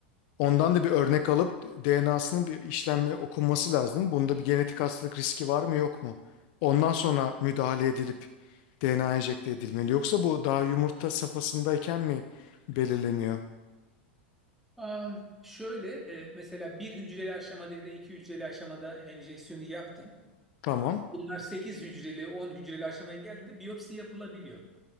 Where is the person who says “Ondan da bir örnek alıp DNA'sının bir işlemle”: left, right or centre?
Left